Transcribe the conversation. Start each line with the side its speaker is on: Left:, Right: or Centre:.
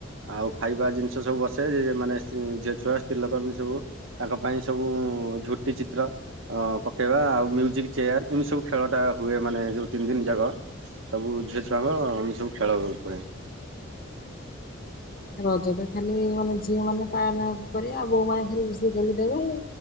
Right: ଆଉ ଖାଇବା ଜିନିଷ ସବୁ ବସେ ଯେ ମାନେ ଝିଅ ଛୁଆ ସ୍ତ୍ରୀ ଲୋକ ଏ ସବୁ ତାଙ୍କ ପାଇଁ ସବୁ ଉ ଝୋଟି ଚିତ୍ର ଅ ପକେଇବା ଆଉ ମ୍ୟୁଜିକ ଚେୟାର ଏମିତି ସବୁ ଖେଳଟା ହୁଏ ମାନେ ଯେଉଁ ତିନି ଦିନି ଯାକ ସବୁ ଝିଅ ଛୁଆଙ୍କ ଏମି ସବୁ ଖେଳ ହୁଏ।
Left: <inaudible> ରଜ ତ ଖାଲି ମାନେ ଝିଅ ମାନେ ପାଳନ କରିବା ଆଉ ବୋଉ ମାନେ ଖାଲି ରୋଶେଇ କରିକି ଦେବେ ଆଉ।